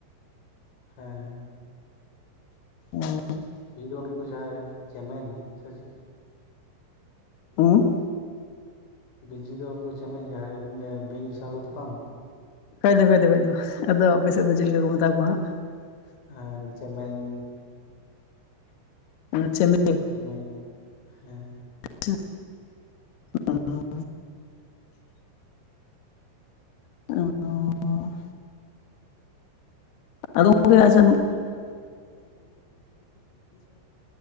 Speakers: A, on the left; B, on the left.
A: ᱦᱮᱸ ᱦᱮᱸ
B: ᱦᱮᱸ <inaudible>
A: ᱵᱤᱡᱤ ᱫᱚ ᱩᱱᱠᱩ ᱡᱟᱦᱟᱸᱭ ᱪᱮᱢᱮᱧ ᱥᱮ ᱪᱤᱞᱤ?
B: ᱦᱩᱸ
A: ᱵᱤᱡᱤ ᱫᱚ ᱩᱱᱠᱩ ᱪᱮᱢᱮᱧ ᱡᱟᱦᱟᱸᱭ ᱵᱤᱧ ᱥᱟᱣ ᱠᱚ ᱛᱟᱯᱟᱢ
B: ᱠᱷᱟᱡ ᱫᱚ ᱠᱷᱟᱡ ᱫᱚ ᱠᱷᱟᱡ ᱫᱚ ᱟᱫᱚ ᱟᱯᱮ ᱥᱮᱫ ᱫᱚ ᱪᱮᱫ ᱞᱮᱠᱟ ᱠᱚ ᱢᱮᱛᱟ ᱠᱚᱣᱟ ᱦᱟᱸᱜ?
A: ᱟᱨ ᱪᱮᱢᱮᱧ
B: ᱟᱸ ᱪᱮᱢᱮᱧ
A: ᱪᱮᱢᱮᱧ ᱦᱮᱸ
B: ᱪ ᱟᱨ <inaudible> ᱟᱫᱚ <inaudible> ᱟᱫᱚ ᱜᱚᱢᱠᱮ ᱟᱪᱷᱟ